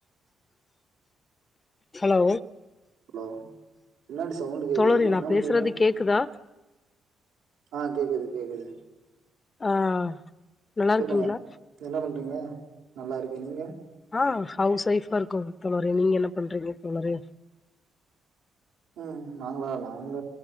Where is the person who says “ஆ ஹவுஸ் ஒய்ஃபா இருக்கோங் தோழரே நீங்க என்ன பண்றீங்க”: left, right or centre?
Left